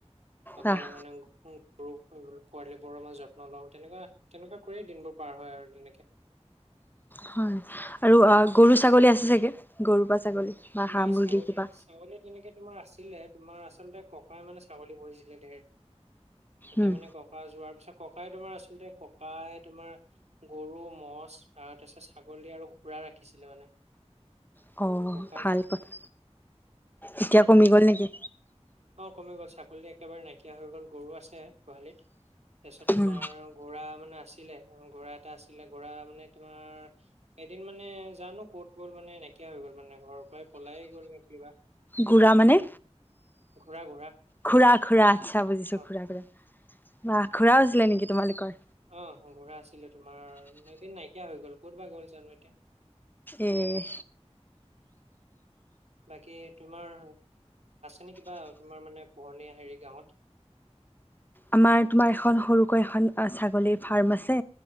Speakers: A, on the right (about 70°); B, on the left (about 15°).
A: অকল
B: ৰাহ
A: মানে। ৰু, পোৱালিবোৰৰমাৰ যত্ন লওঁ। তেনেকুৱা, তেনেকুৱা কৰিয়েই দিনবোৰ পাৰ হয় আৰু তেনেকে। <inaudible>
B: হয় আৰু গৰু, ছাগলী আছে চাগে। গৰু বা ছাগলী বা হাঁহ
A: নাই
B: মুৰ্গী
A: ছাগলী,
B: কিবা
A: ছাগলী তেনেকে তোমাৰ আছে। আছিলে তোমাৰ আচলতে ককাই মানে ছাগলী বহিছিলে ধেৰ এতিয়া
B: উম
A: মানে ককা যোৱাৰ পিছত। ককাই তোমাৰ আচলতে ককাই তোমাৰ গৰু মছ ত, তাৰিছত, ছাগলী আৰু ঘুৰা ৰাখিছিলে মানে।
B: অ'।
A: <unintelligible> মান
B: ভাল কথা এতিয়া কমি গ'ল নেকি
A: অ'। ছাগলী একেবাৰে নাইকিয়া হৈ গ'ল গৰু আছে গোহালিত। তাৰপিছত তোমাৰ
B: উম
A: গুড়ৰা মানে আছিলে। গুড়ৰা এটা আছিলে, গুড়ৰা মানে তোমাৰ এদিন মানে জানো ক'ত গ'ল মানে নাইকিয়া হৈ গ'ল মানে ঘৰৰ পৰাই পলাই গ'ল নে কিবা।
B: ঘুৰা মানে
A: ঘোঁৰা ঘোঁৰা
B: খুৰা, খুৰা আচ্ছা বুজিছোঁ
A: অ
B: খুৰা, খুৰা বা খুৰা হৈছিলে নেকি তোমালোকৰ।
A: আহ, ঘোঁৰা আছিলে। তোমাৰ এদিন নাইকিয়া হৈ গ'ল ক'ত বা গ'ল জানো এতিয়া?
B: এই
A: বাকী তোমাৰ এনে কিবা তোমাৰ মানে পোহনীয়া হেৰি গাঁৱত
B: আমাৰ তোমাৰ এখন সৰুকৈ এখন ছাগলী ফাৰ্ম আছে